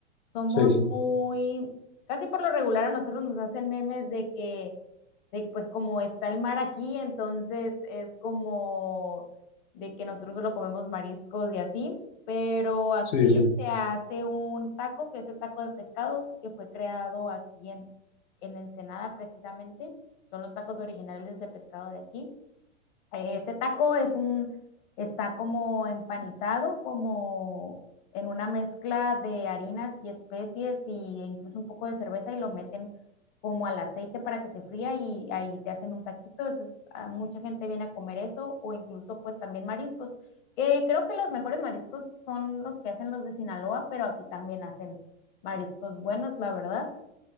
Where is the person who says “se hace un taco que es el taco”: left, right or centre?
Left